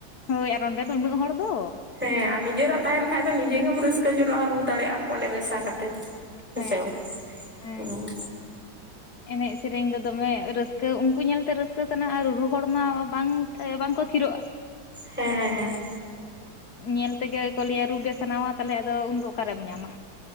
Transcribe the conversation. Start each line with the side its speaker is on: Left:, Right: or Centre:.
Left: ᱦᱳᱭ ᱟᱨ ᱚᱸᱰᱮ ᱫᱚ ᱩᱱᱟᱹᱜ ᱦᱚᱲ ᱫᱚ
Centre: ᱦᱮᱸ ᱟᱨ ᱱᱤᱡᱮᱨᱟᱜ ᱛᱟᱦᱮᱱ ᱠᱷᱟᱡ ᱫᱚ ᱱᱤᱡᱮ ᱜᱮᱢ ᱨᱟᱹᱥᱠᱟᱹ ᱡᱚᱱᱚᱜᱼᱟ ᱨᱩ ᱫᱟᱲᱮᱭᱟᱜᱼᱟᱢ ᱚᱸᱰᱮ ᱢᱮᱥᱟ ᱠᱟᱛᱮᱫ᱾ ᱦᱮᱸᱥᱮ
Left: ᱦᱮᱸ
Centre: ᱵᱟᱝ
Left: ᱦᱮᱸ
Centre: ᱦᱩᱸ᱾
Left: ᱮᱱᱮᱡ ᱥᱮᱨᱮᱧ ᱫᱚ ᱫᱚᱢᱮ ᱨᱟᱹᱥᱠᱟᱹ ᱩᱱᱠᱩ ᱧᱮᱞᱛᱮ ᱨᱟᱹᱥᱠᱟᱹ ᱥᱟᱱᱟ ᱟᱨ ᱨᱩ ᱦᱚᱲ ᱢᱟ ᱵᱟᱝ ᱵᱟᱝᱠᱚ ᱛᱷᱤᱨ ᱩᱜᱼᱟ᱾
Centre: ᱦᱮᱸ᱾
Left: ᱧᱮᱞ ᱛᱮᱜᱮ ᱠᱚ ᱞᱟᱹᱭᱟ ᱨᱩᱜᱮ ᱥᱟᱱᱟᱣᱟ ᱛᱟᱦᱚᱞᱮ ᱟᱫᱚ ᱩᱱᱫᱚ ᱚᱠᱟᱨᱮᱢ ᱧᱟᱢᱟ